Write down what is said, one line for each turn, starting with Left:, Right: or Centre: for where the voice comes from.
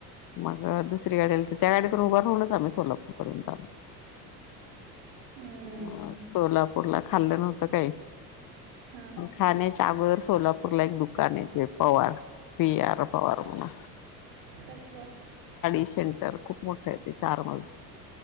Left: मग दुसरी गाडी आली त त्या गाडीतून उभा राहून च आम्ही कोल्हापूर पर्यंत,
Right: हम्म
Left: <unintelligible> मग सोलापूरला खाल्लं नव्हतं काय?
Right: हा.
Left: खाण्याच्या अगोदर सोलापूरला एक दुकान येतय पवार, पी आर पवार म्हणुन.
Right: तसलं.
Left: सेंटर खूप मोठं आहे ते चार मजली